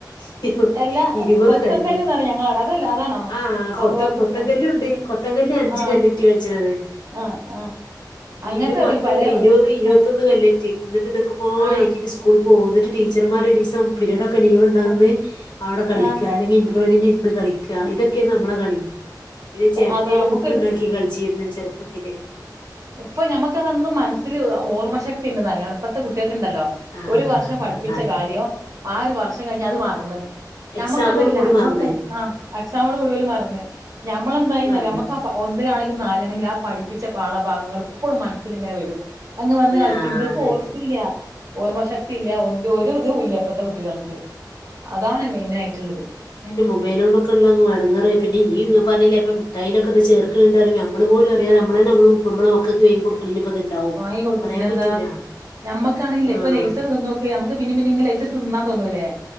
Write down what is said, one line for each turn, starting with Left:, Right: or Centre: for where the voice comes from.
Left: സ്റ്റി
Right: അല്ല
Left: ഇരുവത്
Right: കൊത്തൻ
Left: കല്ല്
Right: കല്ല്ന്ന് പറയും ഞങ്ങളവിടെ അതല്ല അതാണോ
Left: ആഹ്
Right: ഫത്വാക്കുട്ട
Left: കൊത്തൻ കൊത്തൻകല്ലുണ്ട്. കൊത്തങ്കല്ല് അഞ്ച്
Right: ആഹ്
Left: കല്ലിട്ടി കളിച്ചിണത്.
Right: ആഹ് ആഹ് അങ്ങനത്തെ
Left: ഇത് പത്ത്
Right: പലേ
Left: ഇരുപത് ഇരുപത്തൊന്ന്
Right: ആഹ്
Left: കല്ല് റ്റി ഇന്നട്ട്
Right: ആഹ്
Left: <unintelligible> സ്കൂൾകോവും ന്നിട്ട് ടീച്ചർമാരൊരീസം പിരീഡൊക്കെ ലീവ്ണ്ടന്ന്
Right: ആഹ്
Left: അവ്ടെ കളിക്
Right: ആഹ്
Left: അല്ലെങ്കിൽ ഇണ്ട്രാവെല്ലിന്ഇര്ന്ന് കളിക്കാ ഇതൊക്കെയ നമ്മളേ കളി പിന്നെ ചെർട്ടേല്
Right: അത് നമുക്കൊരു
Left: പുട്ടുണ്ടാക്കി കളിച്ചിര്ന്ന് ചെറുപ്പത്തില്
Right: ഇപ്പം ഞമക്കതന്നും മനസ്സിൽ ഓർമ്മ ശക്തി ഉണ്ട്ന്നല്ലോണം ഇപ്പത്തെ കുട്ടിയെൾക്കണ്ടല്ലോ
Left: ആ
Right: ഒരു വർഷം പഠിപ്പിച്ച
Left: അതെ
Right: കാര്യം ആഹ് ഒരു വർഷം കഴിഞ്ഞ അത് മറന്ന് ഞമ്മക്കതല്ല
Left: എക്സാമോട് കൂടി
Right: അമ്മക്ക്
Left: മറന്ന്
Right: ആ എക്സാമോട് കൂടി ഓലും മറന്ന് ഞമ്മളെന്തായിന്ന്റിയോ
Left: മറന്ന്
Right: ഞമ്മക്കഅ ഒന്നിലാണെങ്കിൽ നാലാണെങ്കിൽ ആഹ് പഠിപ്പിച്ച പാഠഭാഗങ്ങൾ ഇപ്പോളും മനസ്സിലിങ്ങനെ വരും അങ്ങ് വന്ന് കളിക്കുമ്പോ
Left: ആ
Right: ഇവൽക്ക്
Left: അതന്നെ
Right: ഓർല്യാ പൊ ഓർമ്മ ശക്തി ഇല്ല ഒന്ത ഒരു ഇതുല്ല ഇപ്പത്തെ കുട്ടികൾക്ക് അതാണ് മെയിൻ ആയിട്ടുള്ളത് ഉം
Left: മൊബൈലോണ്ടൊക്കെള്ളടെങ്ങറ് പിന്നെ ഈ പറഞ്ഞില്ലേപ്പം മിട്ടായിന്റോക്കെ ചേർ ക് ഞമ്മള് പോലും അറിയാദെ
Right: ഉം
Left: അമ്മ്ളെ നമ്മ നമ്മള മക്കക്ക് വേങ്ങി കൊടുക്കല്ല്ലെ ഇപൊ ഇതുണ്ടാവും തന്നെ
Right: വാങ്ങി കൊടുക്കും
Left: പറയാൻ
Right: പിന്നെന്താ
Left: പറ്റൂല
Right: ഞമ്മക്കാണെങ്കിലേ
Left: ആ
Right: ഇപ്പൊ ലൈസൊക്കെ നോക്ക നമുക്ക് പിനീ പിനീങ്ങ് ലൈസ്ട്ത്ത് തിന്നാ തോന്നൂല്ലേ